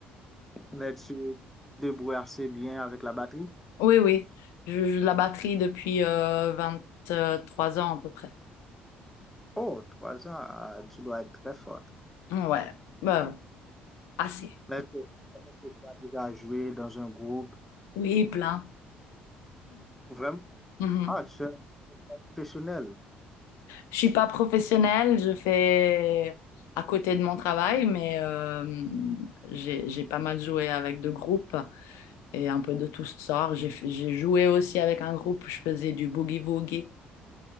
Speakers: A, in the centre; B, on the left (about 60°).
A: Mais tu te débrouilles assez bien avec la batterie.
B: Oui, oui. Je, je la batterie depuis euh, trois ans à peu près.
A: Oh, trois ans, ah, tu dois être très forte.
B: Ouais, Bah, assez.
A: Mais est-ce que est-ce que tu as déjà joué dans un groupe?
B: Oui, plein.
A: Vraiment?
B: Mhm.
A: Ah, tu es professionnel.
B: Je suis pas professionnelle, je fais à côté de mon travail, mais euh, j'ai, j'ai pas mal joué avec deux groupes et un peu de tout sort. J'ai, fait- j'ai joué aussi avec un groupe, je faisais du boogie-woogie.